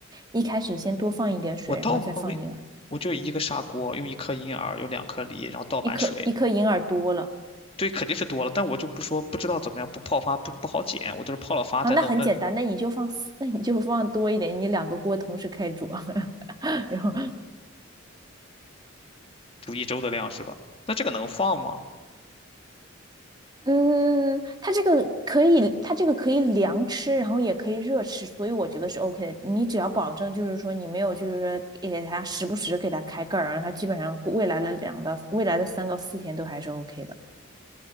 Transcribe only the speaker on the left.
我倒我
我就一个砂锅，用一颗银耳，用两颗梨，然后倒满水。
对，肯定是多了，但我就不说，不知道怎么样，不泡发不不好减，我就是泡了发再弄，
那
煮一周的量是吧？那这个能放吗？